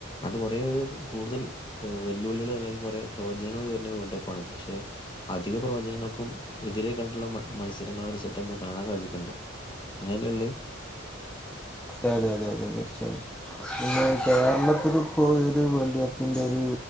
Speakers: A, on the left; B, in the centre.
A: അതുകൊ കുറേ ഒരു കൂടുതൽ വെല്ലുവിളികൾ അല്ലെങ്കിൽ കുറേ പ്രവചനങ്ങള് വരുന്ന ഒരു വേൾഡ് കപ്പാണത് പക്ഷെ. അധിക പ്രവചനങ്ങൾക്കും എതിരെക്കാണ്ടുള്ള മ മത്സരങ്ങള് സെറ്റേന്ന് കാണാൻ സാധിക്ണ്ട്. അങ്ങനെയല്ലേ ഉള്ളത്.
B: ത അതെ അതെ അതെ തീർച്ചയായും പിന്നെ കേരളത്തിൽ ഇപ്പൊ ഒരു വേൾഡ് കപ്പിന്റെ ഒരു